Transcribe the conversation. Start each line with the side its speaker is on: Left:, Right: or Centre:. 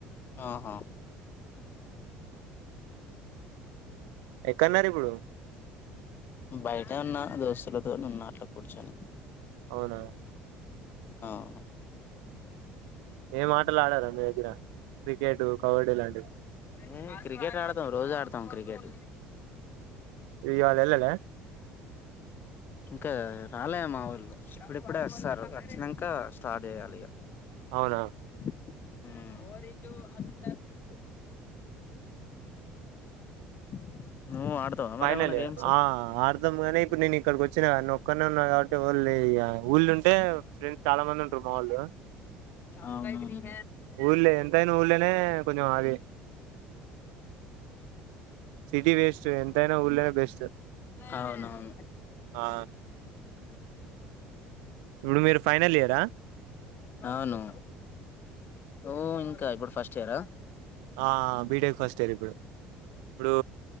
Left: ఆహా
Right: ఎక్కడున్నారు ఇప్పుడు
Left: బయట ఉన్న దోస్తులతోనున్న అట్ల కూర్చొని
Right: అవునా
Left: ఆవును
Right: ఏం ఆటలాడరా మీ దగ్గర క్రికెట్ కబడ్డీ లాంటివి
Left: ఉమ్ క్రికెట్ ఆడతాం రోజు ఆడతాం క్రికెట్
Right: ఇయాలెళ్లలే
Left: ఇంకా రాలే మా ఇప్పుడిప్పుడే వస్తార్రు వచ్చినంక స్టార్ట్ చేయాలిగ
Right: అవునా
Left: ఉమ్ <inaudible> ఆడతావా మరేమన్నా
Right: ఫైనలే
Left: గేమ్స్
Right: ఆ ఆడదం గని ఇప్పుడు నేనిక్కడికొచ్చిన గనోక్కడ్నే ఉన్న గాబట్ ఎవ్వళ్ళెరిగా ఊళ్ళుంటే ఫ్రెండ్స్ చాలా మంది ఉంటరు మా వాళ్ళు
Left: అవునా
Right: ఊళ్ళే ఎంతైన ఊల్లనే కొంచం అది సిటీ వేస్ట్ ఎంతయిన్ ఊళ్ళనే బెస్ట్
Left: అవునవును
Right: ఆ ఇప్పుడు మీరు ఫైనల్ ఇయరా
Left: అవును నువ్వు ఇంక ఇప్పుడు ఫస్ట్ ఇయరా
Right: ఆ బీటెక్ ఫస్ట్ ఇయర్ ఇప్పుడు ఇప్పుడూ